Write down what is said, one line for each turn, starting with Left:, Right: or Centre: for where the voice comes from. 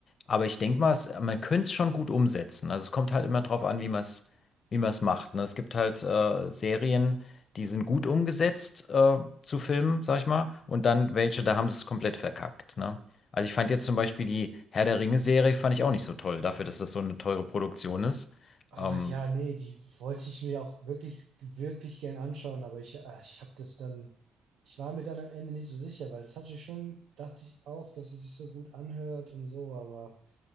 Left: Aber ich denke mal, es, man könnte es schon gut umsetzen. Also es kommt halt immer drauf an, wie man es wie man es macht. Ne? Es gibt halt äh, Serien, die sind gut umgesetzt äh, zu Filmen, sag ich mal, und dann
Right: Mhm.
Left: welche, da haben sie es komplett verkackt. Ne? Also ich fand jetzt
Right: Ja.
Left: zum Beispiel die Herr der Ringe-Serie, fand ich auch nicht so toll, dafür, dass das so eine teure Produktion ist.
Right: Ah,
Left: Ähm,
Right: ja, nee, die wollte ich mir auch wirklich, wirklich gern anschauen, aber ich, ah, ich habe das dann, ich war mir dann am Ende nicht so sicher, weil das hatte ich schon, dachte ich auch, dass es sich so gut anhört und so, aber